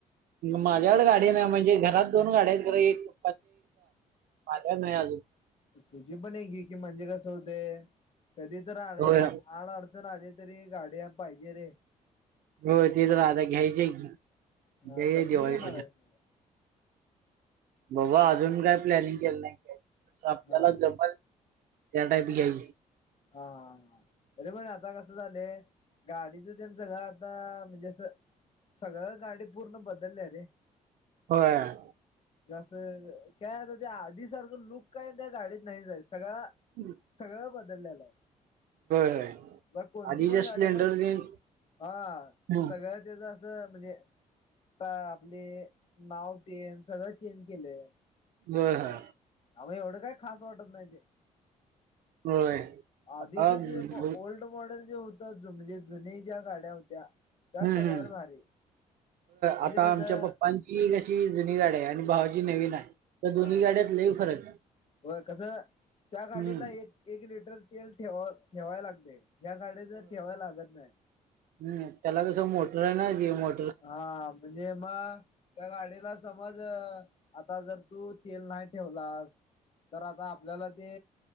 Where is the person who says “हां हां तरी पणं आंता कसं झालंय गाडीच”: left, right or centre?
Left